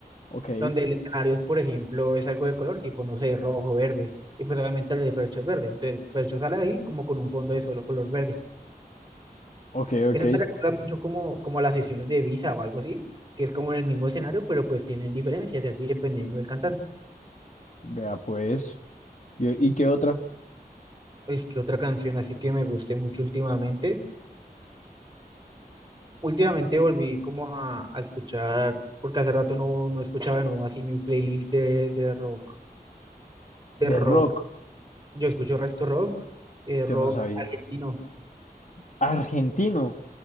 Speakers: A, on the left; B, on the right.
A: ok,
B: donde el escenario, por ejemplo, es algo de color, tipo, no sé, rojo, verde, y pues obviamente el de Fercho es verde, entonces Fercho sale ahí como con un fondo de solo color verde.
A: ok, ok.
B: Eso me recuerda mucho como, como a las sesiones de Visa o algo así, que es como en el mismo escenario, pero pues tienen diferencias y así dependiendo del cantante.
A: Vea, pues. Yo- ¿Y qué otra?
B: Es que otra canción así que me guste mucho últimamente. Últimamente volví como a, a escuchar, porque hace rato no, no escuchaba de nuevo así mi playlist de, de rock, de
A: De
B: rock.
A: rock,
B: Yo escucho resto rock, eh, rock
A: yo no sabía.
B: argentino.
A: Argentino.